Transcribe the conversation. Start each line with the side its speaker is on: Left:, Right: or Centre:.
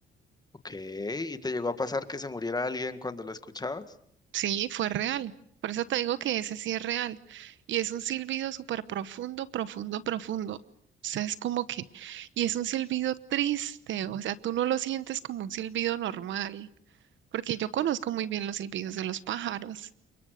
Left: ok, ¿y te llegó a pasar que se muriera alguien cuando lo escuchabas?
Right: Sí, fue real. Por eso te digo que ese sí es real. Y es un silbido súper profundo, profundo, profundo. O sea, es como que, y es un silbido triste, o sea, tú no lo sientes como un silbido normal, porque yo conozco muy bien los silbidos de los pájaros.